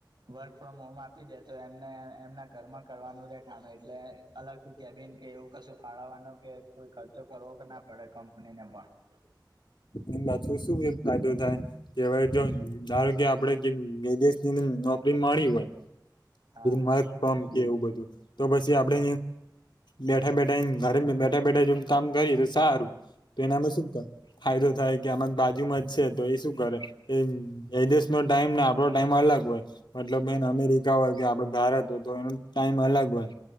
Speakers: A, on the right (about 70°); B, on the left (about 75°).
A: વર્ક ફ્રોમ હોમ આપી દે તો એમને એમના ઘરમાં કરવાનું રેખાનું એટલે અલગું કેબિન કે એવું કશું ફાળવવાનો કે કોઈ ખર્ચો કરવો કે ના પડે કંપનીને પણ
B: એમ પાછું શું ફાયદો થાય. કેવાય જો ધારો કે આપડે વિદેશ ની નોકરી મળી હોય.
A: હા
B: માકમપ કે એવું બધું તો પછી આપડે બેઠા બેઠા ઘરે બેઠા બેઠા જો કામ કરીએ તો સારું તો એનામે શું કર ફાયદો થાય કે આમા બાજુમાં જ છે તો એ શું કરે એ એ દિવસ નો ટાઈમ ને આપણો ટાઈમ અલગ હોય. મતલબ બેન અમેરિકા હોય કે આપડ ભારત હોય તો એનો ટાઈમ અલગ હોય.